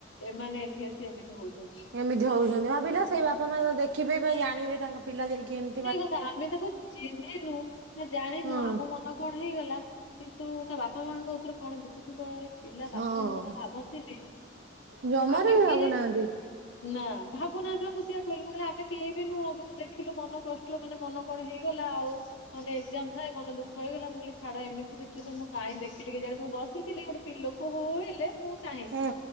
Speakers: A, on the left; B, on the right.
A: ଏମାନେ ଏଠି ଆସି ଏମିତି ହଉଚନ୍ତି।
B: ଏମିତି ହଉଛନ୍ତି ଭାବିଲ ସେଇ ବାପା ମା ଦେଖିବେ ବା ଜାଣିବେ ତାଙ୍କ ପିଲା ଯାଇକି ଏମ୍
A: ସେଇ କଥା ଆମେ ତାକୁ ଚିହ୍ନିନୁ ନା ଜାଣିନୁ
B: ହଁ
A: ଆମ ମନ କଣ ହେଇଗଲା କିନ୍ତୁ ତା ବାପା ମାଙ୍କ ଉପରେ କଣ ଵିତୁଥିବ ଏ ପିଲା
B: ହଁ
A: ବାପା ମାଙ୍କ କଥା ଭାବନ୍ତିନି।
B: ଜମାରୁ
A: ଆମେ
B: ବି
A: କିଏ
B: ଭାବୁନାହାନ୍ତି।
A: ନା ଭାବୁନାହାନ୍ତି ବା ମୁଁ ସେଇଆ କିହିଲି, ମୁଁ କହିଲି ଆମେ କେହି ବିି ନୁହଁ କିନ୍ତୁ ଦେଖିଲୁ ମନ କଷ୍ଟ ମାନେ ମନ କଣ ହେଇଗଲା ଆଉ ମାନେ ଏକ୍ଜାମ ଥାଏ ମନ ଦୁଃଖ। ଦୁଃଖ ହେଇଗଲା ମୁଁ କହିଲି ଛାଡ଼ ଏମତି ସିଚୁଏସନ୍ ମୁ କାଇଁ ଦେଖିଲି କେଜାଣି, ମୁ ବସିଥିଲି ହେଇଠୁ ସେଠି ଲୋକ ହୋ-ହୋ ହେଲେ ମୁଁ ଚାହିଁଲି।
B: ହୁଁ